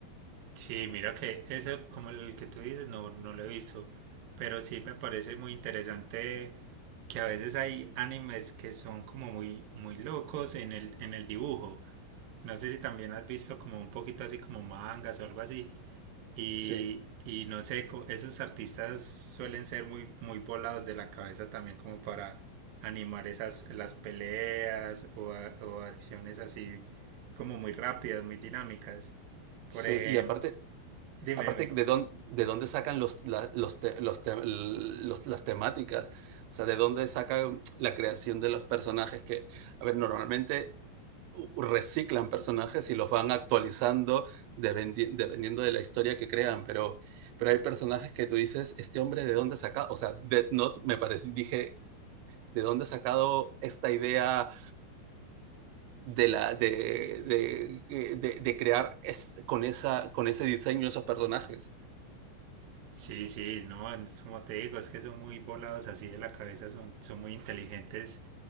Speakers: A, on the right (about 70°); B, on the right (about 90°).
A: Sí, mira que ese, como el que tú dices, no, no lo he visto, pero sí me parece muy interesante que a veces hay animes que son como muy, muy locos en el, en el dibujo. No sé si también has visto como un poquito así como mangas o algo así. Y,
B: Sí,
A: y no sé, co- esos artistas suelen ser muy, muy volados de la cabeza también como para animar esas, las peleas o, a- o acciones así como muy rápidas, muy dinámicas. Por
B: sí.
A: ejemplo,
B: Y aparte,
A: Dime,
B: aparte
A: dime.
B: de, dónde, de dónde sacan los, la- los, te- los te- los- las temáticas, o sea, de dónde sacan la creación de los personajes que, a ver, normalmente reciclan personajes y los van actualizando dependi dependiendo de la historia que crean, pero, pero hay personajes que tú dices, este hombre de dónde saca, o sea, Death Note me parece, dije, ¿de dónde ha sacado esta idea de, la, de, de, de, de crear es, con, esa, con ese diseño esos personajes?
A: Sí, sí, no, es como te digo, es que son muy volados así de la cabeza, son, son muy inteligentes